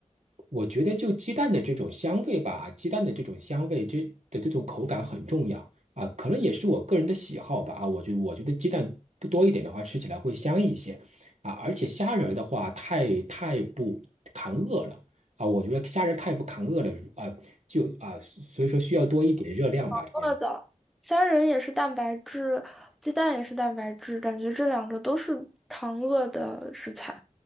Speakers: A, on the right; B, in the centre.
A: 我觉得就鸡蛋的这种香味吧，鸡蛋的这种香味，这的这种口感很重要啊，可能也是我个人的喜好吧啊，我觉我觉得鸡蛋多多一点的话，吃起来会香一些啊，而且虾仁儿的话，太太不扛饿了啊，我觉得虾仁儿太不扛饿了啊，就啊，所以说需要多一点热量吧，这边。
B: 饿的，虾仁也是蛋白质，鸡蛋也是蛋白质，感觉这两个都是糖饿的食材，